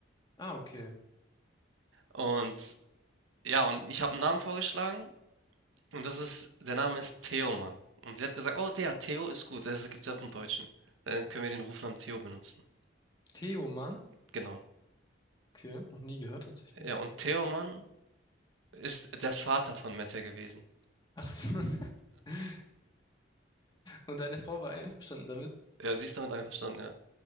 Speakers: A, on the left (about 20°); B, on the right (about 80°).
A: Ah, okay.
B: Und ja, und ich habe einen Namen vorgeschlagen und das ist der Name ist Theoman. Und sie hat gesagt: „Oh, der Theo ist gut.“ Das gibt ja auch im Deutschen. Dann können wir den Rufnamen Theo benutzen.
A: Theoman?
B: Genau.
A: Okay, noch nie gehört tatsächlich.
B: Ja, und Theoman Ist der Vater von Mette gewesen.
A: Ach so. <laughs> Und deine Frau war einverstanden damit?
B: Ja, sie ist damit einverstanden, ja.